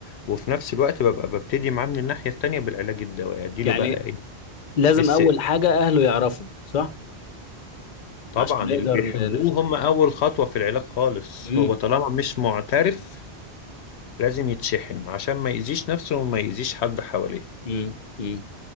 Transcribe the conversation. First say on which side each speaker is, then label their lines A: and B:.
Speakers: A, on the left; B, on the left.
A: وفي نفس الوقت ببقى ببتدي معاه من الناحيه التانيه بالعلاج الدوائي اديله
B: يعني
A: بقى ايه
B: لازم
A: اس
B: اول حاجة اهله يعرفوا صح
A: طبعا
B: عشان نقدر
A: اللي بيحبوه
B: ن... ن-
A: هم اول خطوه في العلاج خالص
B: مم.
A: هو طالما مش معترف لازم يتشحن عشان ما يأذيش نفسه وما يأذيش حد حواليه
B: مم. مم.